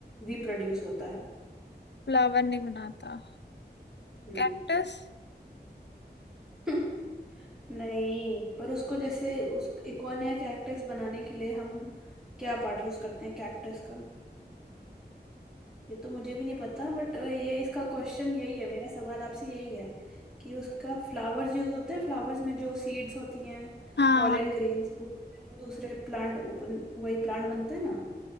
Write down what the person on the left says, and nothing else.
फ्लावर नहीं बनाता
कैक्टस
हाँ